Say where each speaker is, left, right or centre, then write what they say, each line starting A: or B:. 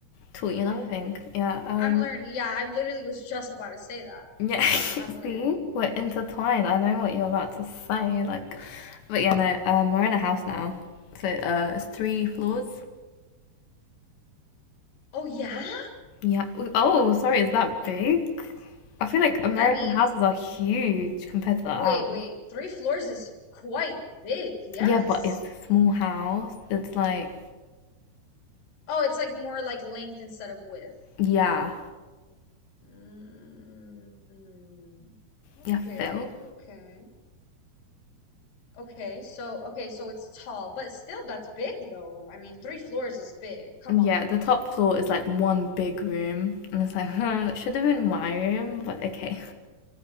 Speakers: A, on the left; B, on the left.
A: taught you
B: okay.
A: another thing. Yeah. Um,
B: I'm learning. Yeah, I literally was just about to say that.
A: yeah.
B: I'm
A: <laughs>
B: learning.
A: See, we're intertwined. I know what you're about to say. Like, but yeah, no. Um, we're in a house now. So uh, it's three floors.
B: Oh yeah?
A: Yeah. Oh, sorry. Is that big? I feel like American
B: I mean,
A: houses are huge
B: w-
A: compared to that.
B: wait,
A: house.
B: wait. Three floors is quite big, yes.
A: Yeah, but it's a small house. It's like
B: Oh, it's like more like length instead of width.
A: yeah.
B: Mm, okay,
A: Yeah, Phil.
B: okay. Okay, so okay, so it's tall, but still that's big though. I mean, three floors is big. Come
A: Yeah,
B: on.
A: the top floor is like one big room, and it's like, huh, that should have been my room, but okay.